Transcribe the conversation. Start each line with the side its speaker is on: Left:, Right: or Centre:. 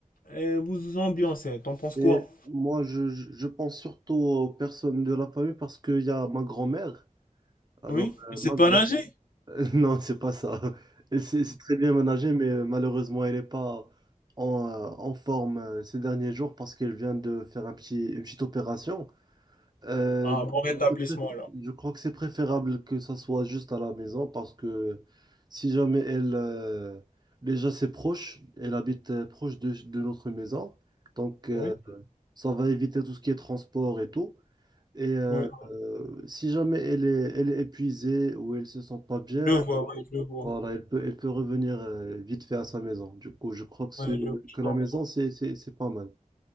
Left: et vous vous ambiancez. T'en penses quoi?
Right: Et moi, je, je je pense surtout aux personnes de la famille parce qu'il y a ma grand-mère. Alors,
Left: Oui?
Right: euh,
Left: C'est
Right: ma
Left: pas
Right: grand
Left: nager?
Right: <laughs> Non, c'est pas ça. Elle s'est c'est très bien ménagée, mais euh, malheureusement, elle n'est pas en, euh, en forme euh, ces derniers jours parce qu'elle vient de faire un petit, une petite opération. Euh,
Left: Ah, bon rétablissement
Right: je pré-
Left: alors.
Right: je crois que c'est préférable que ça soit juste à la maison parce que si jamais elle, euh, déjà c'est proche, elle habite euh, proche de, de notre maison, donc euh,
Left: Oui?
Right: ça va éviter tout ce qui est transport et tout. Et euh,
Left: Oui.
Right: euh, si jamais elle est, elle est épuisée ou elle se sent pas bien,
Left: Je vois, oui, je vois.
Right: voilà, elle peut, elle peut revenir euh, vite fait à sa maison. Du coup, je crois que, c'est-
Left: Oui, je, je
Right: que
Left: comprends.
Right: la maison, c'est c'est- c'est pas mal.